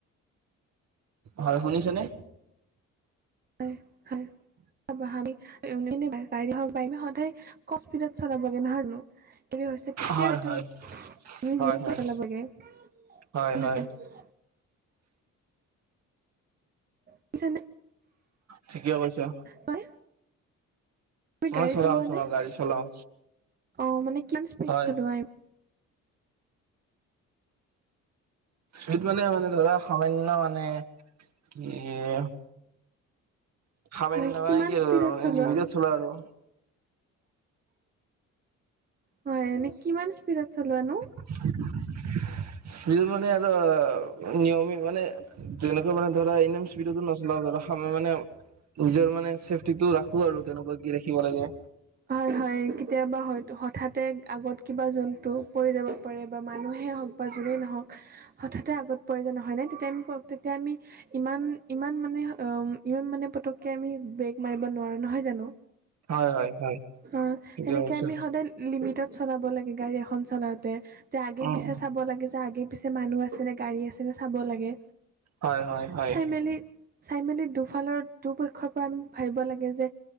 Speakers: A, on the right; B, on the right.
A: হয় শুনিছেনে?
B: হয় হয়। <unintelligible> <unintelligible>
A: হয় হয়। হয় হয় হয় হয়
B: বুইছানে।
A: ঠিকে কৈছা।
B: হয়। তুমি
A: মই
B: গাড়ী
A: চলাও
B: চলোৱানে?
A: চলাও গাড়ী চলাও
B: অঁ, মানে কিমান স্পীড
A: হয়।
B: চলোৱা?
A: স্পিড মানে মানে ধৰা সামান্য মানে কি য়ে- সামান্য
B: হয়
A: মানে
B: কিমান
A: কি আৰু
B: স্পীডত চলোৱা
A: লিমিটট চলা আৰু।
B: হয়, এনেই কিমান স্পীডত চলোৱানো?
A: <inaudible> স্পিডত মানে আৰু নিয়মিত মানে- যেনেকুৱা মানে ধৰা ইমান স্পীডতো নচলাও ধৰা মানে- নিজৰ মানে চেফটিটো ৰাখো আৰু তেনেকুৱা কি ৰাখিব লাগে।
B: হয় হয়, কেতিয়াবা হয়টো হঠাতে আগত কিবা জন্তু পৰি যাব পাৰে বা মানুহে হওক- বা যিহেই নহওক হঠাতে আগত পৰে যে নহয় নে তেতিয়া আমি তেতিয়া আমি- ইমান ইমান মানে ইমান মানে পতককে আমি ব্ৰেক মাৰিব নোৱাৰো নহয় জানো।
A: হয় হয় হয়।
B: অঁ'
A: ঠিকে
B: সেনেকে
A: কৈছা।
B: আমি সদায় লিমিটত চলাব লাগে গাড়ী এখন চলাওঁতে। যে আগে
A: উম
B: পিছে চাব লাগে যে আগে পিছে মানুহ আছে নে গাড়ী আছে নে চাব লাগে।
A: হয় হয় হয়
B: চাইমেলি- চাই মেলি দুফালৰ দুপক্ষৰ পৰা আমি ভাবিব লাগে যে